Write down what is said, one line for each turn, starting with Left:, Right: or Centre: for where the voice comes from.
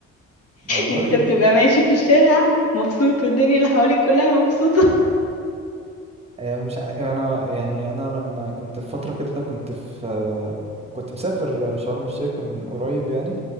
Right: والله
Left: انت بتبقى ماشي في الشارع مبسوط والدنيا اللي حواليك كلها مبسوطه
Right: آه، مش ع... أنا يعني أنا لما كنت في فترة كده كنت في آه، كنت مسافر شرم الشيخ من قريب يعني